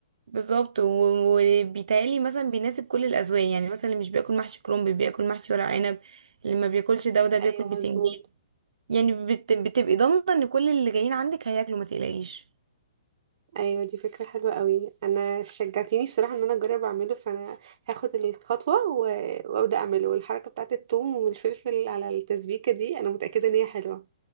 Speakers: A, on the right; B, on the right.
A: بالظبط و- وبيتهيألي مثلا بيناسب كل الأذواق يعني مثلا اللي مش بياكل محشي كرنب بياكل محشي ورق عنب اللي ما بياكلش ده وده بياكل
B: ايوه
A: بتنجان
B: مظبوط
A: يعني بت... بتبقي ضامنة ان كل اللي جايين عندك هياكلوا ما تقلقيش
B: ايوه دي فكره حلوه قوي انا شجعتيني بصراحه ان انا اجرب اعمله فانا هاخد الخطوه و- وابدا اعمله والحركه بتاعت الثوم والفلفل على التسبيكه دي انا متاكده ان هي حلوه